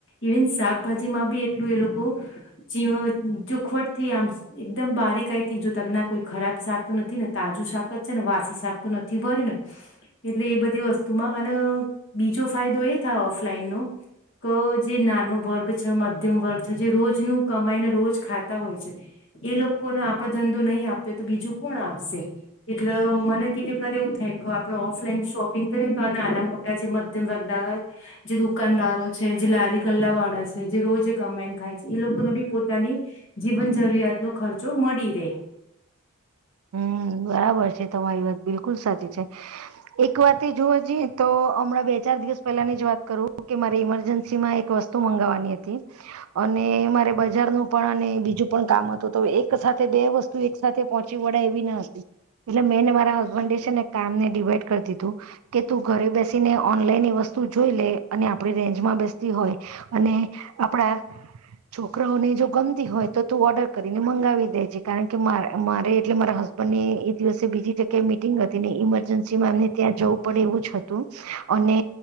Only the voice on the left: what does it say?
ઇવન શાકભાજીમાં બી એટલું એ લોકો ચીણો જોુખવટ થી આમ એકદમ બારીકઈ થી જો તક ના કોઈ ખરાબ શાક તો નથી ને તાજું શાક જ છે ને વાસી શાક તો નથી ભરી ને એટલે એ બધી વસ્તુમાં અને બીજો ફાયદો એ થાય ઓફલાઈન નો જે નાનો વર્ગ છે મધ્યમ વર્ગ છે જે રોજનું કમાઈને રોજ ખાતા હોય છે એ લોકોને આપડે ધંધો નહીં આપ્યો તો બીજું કોણ આપશે એટલે મને કીધું ખરે એવું થાય કે આપડ ઓફલાઈન શોપિંગ કરીએને તો આના મધ્યમ વગ્ન જે દુકાનદાર હોય છે જે લારી કલા વાળા છે જે રોજ કમાઈને ખાય છે એ લોકોને બી પોતાની જીવન જરૂરિયાત નો ખર્ચો મળી રહે